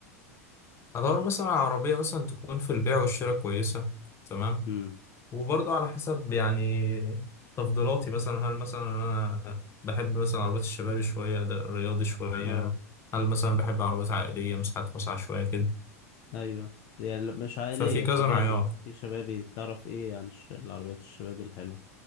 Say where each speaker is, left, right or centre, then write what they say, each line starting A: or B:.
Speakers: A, on the left; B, on the left.
A: هدور مثلا على عربية مثلا تكون في البيع والشراء كويسة تمام
B: امم
A: وبرضو على حسب يعني تفضيلاتي مثلا هل مثلا أنا بحب مثلا عربيات الشباب شوية ده رياضي شوية
B: اه
A: هل مثلا بحب عربيات عائلية مساحات واسعة شوية كده
B: ايوه يعني لا- مش عائلية
A: ففي كذا
B: شبابي
A: معيار
B: في شبابي تعرف ايه عن الش- العربيات الشبابي الحلوة